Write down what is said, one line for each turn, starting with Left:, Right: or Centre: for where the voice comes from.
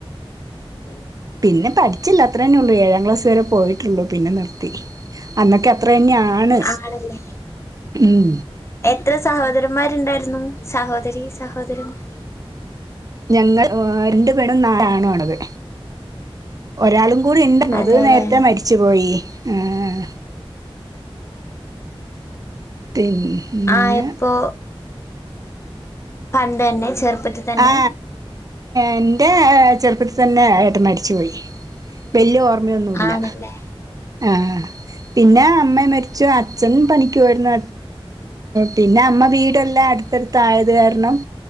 Left: <unintelligible>
Right: പിന്നെ പഠിച്ചില്ല അത്ര തന്നെ ഉള്ളൂ ഏഴാം ക്ലാസ് വരെ പോയിട്ടുള്ളു പിന്നെ നിർത്തി അന്നൊക്കെ അത്രേം തന്നെയാണ്
Left: ആണല്ലേ
Right: ഉം
Left: എത്ര സഹോദരൻ മാരുഉണ്ടായിരുന്നു സഹോദരി സഹോദരന്മാർ
Right: ഞങ്ങൾ ഉം രണ്ട് പെണ്ണും നാല് ആണുവാ ളളത് ഒരാളും കൂടി ഉണ്ടായിരുന്നു
Left: അതെല്ലേ
Right: അത് നേരത്തെ മരിച്ച് പോയി ആഹ് പിന്നെ
Left: ആ എപ്പൊ പണ്ട് തന്നെ ചെറുപ്പത്തിൽ തന്നെ
Right: ആ എൻ്റെ ചെറുപ്പത്തിൽ തന്നെഏട്ടൻ മരിച്ച് പോയി വലിയ ഓർമയൊന്നുമില്ല
Left: ആണല്ലേ
Right: ആഹ് പിന്നെ അമ്മ മരിച്ചു അച്ഛൻ പണിക്കുപോയിരുന്നു പിന്നെ അമ്മ വീടെല്ലാം അടുത്ത് അടുത്ത് അടുത്തായത് കാരണം